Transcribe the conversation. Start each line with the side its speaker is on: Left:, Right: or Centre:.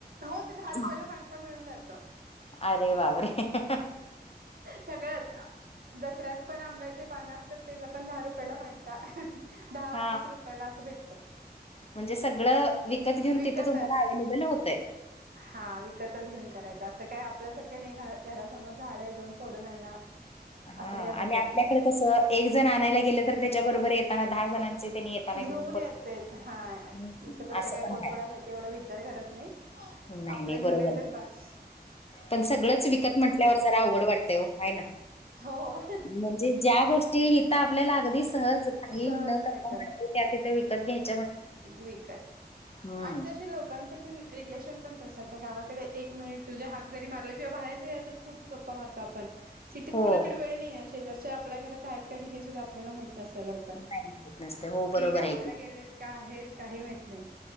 Right: हो ते दहा रुपयाला
Left: हां.
Right: फांठा मिळून जातो.
Left: अरे बापरे.
Right: सगळाच. दासऱ्यात पण आंब्याचे पान असतात तेच आपण दहा रुपयाला फांडत. दहा
Left: हा
Right: वीस रुपयाला असं भेटतं.
Left: म्हणजे सगळं विकत घेऊन
Right: विकतच
Left: तिथं तुम्हाला अव्लेबल होतंय.
Right: हा विकतच घेऊन करायचं असं काय आपल्यासारखं नाही घरासमोर झाड जाऊन तोडून आणा.
Left: हा
Right: असलं काही प्रकार
Left: आणि आपल्याकडे
Right: नाही
Left: कसं एक जण आणायला गेलं तर त्याच्या बरोबर येताना दहा जणांचे त्यांनी येताना
Right: घेऊन
Left: पण
Right: येतेेत हा
Left: हं,
Right: इथं तसं
Left: असं
Right: काय
Left: पण
Right: कोणकोणासाठी एवढा विचार करत नाही.
Left: नाही
Right: आपलं
Left: नाही
Right: घेऊन
Left: बरोबर
Right: येतात
Left: आहे.
Right: बस.
Left: पण सगळंच विकत म्हटल्यावर जरा अवघड वाटतंय हो हाय ना
Right: हो
Left: म्हणजे ज्या हिता आपल्याला अगदी सहज काही
Right: सहज
Left: न
Right: मिळतात
Left: करता म्हणते त्या तिथे विकत घ्यायला.
Right: विकत
Left: हम्म.
Right: आणि तशी आमचं पण रिलेशन पण तसं गावाकडे एक मिनिट तुझ्या हाक जरी मारला किंवा बाहेर जरी असेल खूप गप्पा मारतो आपण सिटीत
Left: हो.
Right: कोणाकडे वेळ नाही आहे शेजारच्या आपल्या घरात आहेत का? हे सुद्धा आपल्याला माहित नसतं अग की
Left: नाही माहित नसते हो बरोबर
Right: गावाला
Left: आहे की.
Right: गेलेत का आहेत काही माहित नाही.